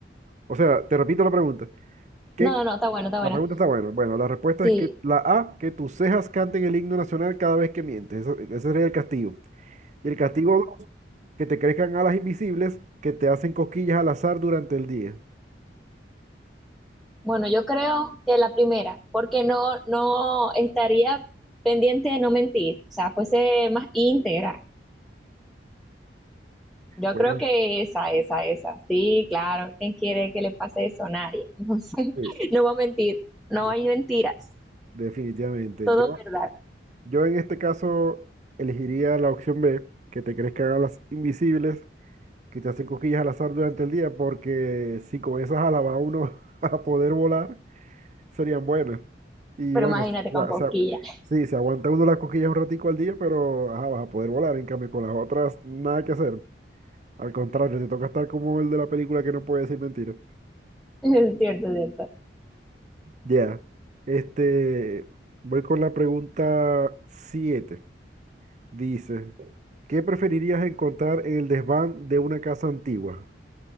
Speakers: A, on the right (about 40°); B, in the centre.
A: O sea, te repito la pregunta. ¿Qué?
B: No, no, está bueno, está bueno.
A: La pregunta está buena. Bueno, la respuesta
B: Sí.
A: es que la A, que tus cejas canten el himno nacional cada vez que mientes. Eso- ese sería el castigo. Y el castigo dos que te crezcan alas invisibles que te hacen cosquillas al azar durante el día.
B: Bueno, yo creo que la primera, porque no, no estaría pendiente de no mentir, o sea, fuese más íntegra. Yo
A: Bueno,
B: creo que esa, esa, esa. Sí, claro, ¿quién quiere que le pase eso? Nadie. <laughs> Entonces,
A: sí,
B: no va a mentir, no
A: de-
B: hay mentiras,
A: definitivamente.
B: todo
A: Yo,
B: es verdad.
A: yo en este caso elegiría la opción B, que te crezcan alas invisibles que te hacen cosquillas al azar durante el día, porque si con esas alas va uno <laughs> a poder volar, serían buenas. Y
B: Pero
A: bueno,
B: imagínate
A: o
B: con
A: sea,
B: cosquillas,
A: se a- sí, se aguanta uno las cosquillas un ratico al día, pero ajá, vas a poder volar. En cambio, con las otras, nada que hacer. Al contrario, te toca estar como el de la película que no puede decir mentiras.
B: <laughs> es cierto, es cierto.
A: Ya. Este, voy con la pregunta siete Dice, ¿qué preferirías encontrar en el desván de una casa antigua?